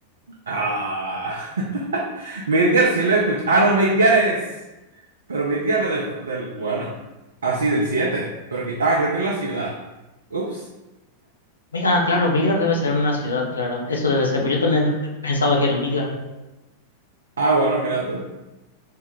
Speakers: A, on the right; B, on the left.
A: Ah. <laughs> Midgar sí lo he escuchado. Ah, no, Midgar es. Pero Midgar es del, del- Bueno. Ah, sí, del siete, Pero, que- ah, creo que es la ciudad. Ups.
B: Mi- Ah, claro, Midgard debe ser una ciudad, claro, eso debe ser, pues yo también re- pensaba que era Midgard.
A: Ah, bueno, mira tú.